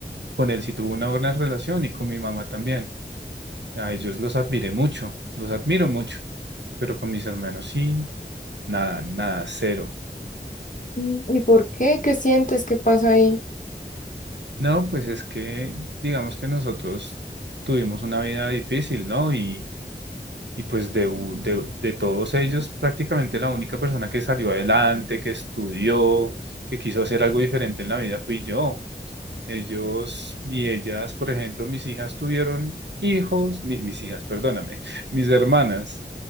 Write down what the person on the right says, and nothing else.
con él sí tuve una buena relación y con mi mamá también. A ellos los admiré mucho, los admiro mucho, pero con mis hermanos sí, nada, nada, cero.
No, pues es que digamos que nosotros tuvimos una vida difícil, ¿no? Y, Y pues de, u- de, de todos ellos, prácticamente la única persona que salió adelante, que estudió, que quiso hacer algo diferente en la vida fui yo. Ellos y ellas, por ejemplo, mis hijas tuvieron hijos, mi- mis hijas, perdóname, <laughs> mis hermanas.